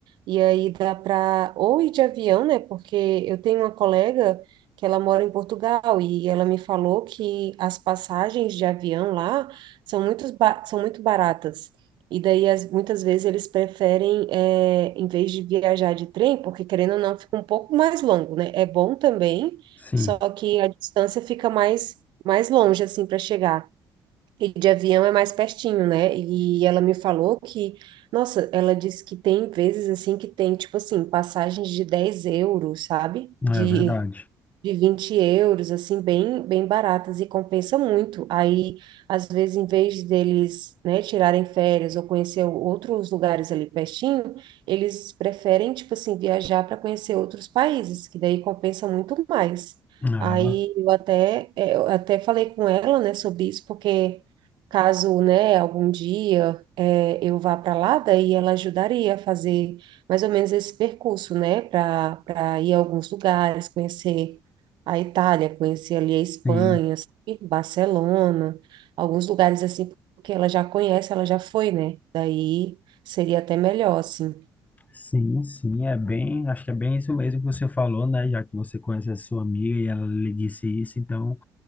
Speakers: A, on the right (about 70°); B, on the left (about 20°).
A: E aí dá para ou ir de avião, né? Porque eu tenho uma colega que ela mora em Portugal e ela me falou que as passagens de avião lá são muito, ba- são muito baratas. E daí, as- muitas vezes, eles preferem, é, em vez de viajar de trem, porque querendo ou não, fica um pouco mais longo, né? É bom também,
B: Sim,
A: só que a distância fica mais, mais longe, assim, para chegar. E de avião é mais pertinho, né? E ela me falou que, nossa, ela disse que tem vezes, assim, que tem, tipo assim, passagens de 10 euros, sabe? De
B: é verdade.
A: de 20 euros, assim, bem, bem baratas e compensa muito. Aí, às vezes, em vez deles, né, tirarem férias ou conhecer outros lugares ali pertinho, eles preferem, tipo assim, viajar para conhecer outros países, que daí compensa muito mais.
B: Ah,
A: Aí eu até, eh, eu até falei com ela, né, sobre isso, porque caso, né, algum dia eh, eu vá para lá, daí ela ajudaria a fazer mais ou menos esse percurso, né, para para ir a alguns lugares, conhecer a Itália, conheci ali a Espanha,
B: sim,
A: sabe? Barcelona, alguns lugares assim, porque ela já conhece, ela já foi, né? Daí seria até melhor, assim.
B: sim, sim, é bem, acho que é bem isso mesmo que você falou, né? Já que você conhece a sua amiga e ela lhe disse isso, então